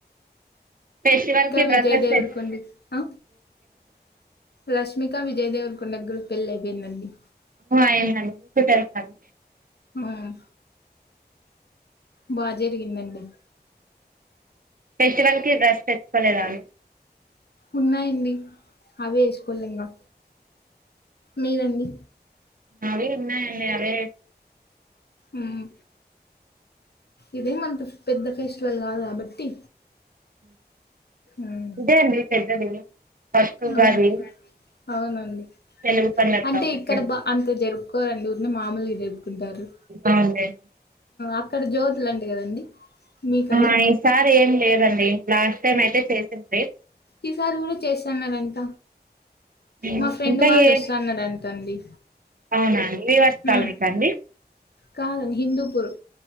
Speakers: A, on the right; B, on the left.
A: ఫెస్టివల్కి
B: విజయ్
A: డ్రెస్సెస్
B: దేవరకొండ ఆ రష్మిక విజయ్ దేవర్ కొండ గుడ పెళ్లైపోయిందండి
A: <unintelligible> కు తెలుసాను
B: ఉమ్, బాగా జరిగిందండి
A: ఫెస్టివల్కి డ్రెస్ తెచ్చుకోలేదా అండి
B: ఉన్నాయండి. అవే ఎస్కోవాలి ఇంగ మీరండి.
A: అవే ఉన్నయ్ అండి అవే
B: మ్ ఇదే మన పెద్ద ఫెస్టివల్ కాదు కాబట్టి ఉమ్,
A: ఇదే అంది పెద్దది ఫస్ట్ ఉగాది
B: అవును అవునండి
A: తెలుగు పండగ
B: అంటే
A: కాబట్టి
B: ఇక్కడ
A: అండి.
B: అంత జరుపుకోరండి ఊరిని మామూలుగా జరుపుకుంటారు
A: అవునులేండి
B: అక్కడ జ్యోతులు అంటే కదండి మీకల్లా
A: ఆ ఈసారి ఏం లేదండి. లాస్ట్ టైం అయితే చేసింది
B: ఈసారి కూడా చేస్తన్నారంట
A: ఉమ్,
B: మా ఫ్రెండ్
A: ఇంకా
B: వాళ్ళు
A: ఏ
B: వస్త అన్నారంట అండి
A: అవునా అండి వివాస్
B: హ్మ్
A: కాలనికా అండి
B: కాదండి హిందూపూర్